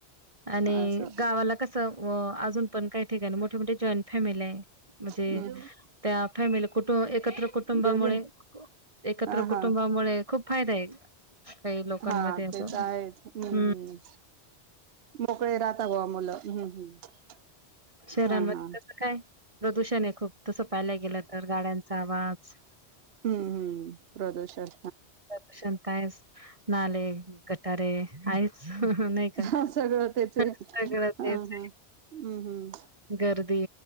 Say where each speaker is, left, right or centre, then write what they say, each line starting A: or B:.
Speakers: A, on the right (about 30°); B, on the right (about 70°).
A: आणि
B: असं
A: गावाला कस व अजून पण काही ठिकाणी मोठे मोठे जॉईंट फॅमिली आहे. म्हणजे
B: हम्म
A: त्या मेल कुठून ये एकत्र कुटुंबामुळे
B: जेवली ना
A: एकत्र
B: हा हा
A: कु टुंबामुळे खूप फायदा आहे काही लोकांमध्ये
B: हा
A: अस
B: ते तर आहेच हम्म
A: हम्
B: हम्म मोकळे राहता बुवा मुलं हम्म हम्म
A: शहरांमध्ये
B: हा हा
A: कसं काय प्रदूषण आहे खूप तसं पाहिला गेलं तर गाड्यांचा आवाज
B: हम्म हम्म प्रदषण
A: लक्षण काय अस नाले गटारे आहेच हा हा नाही का
B: हा सगळं त्याचे हा
A: सगळं तेच
B: हा हम्म हम्म
A: गर्दी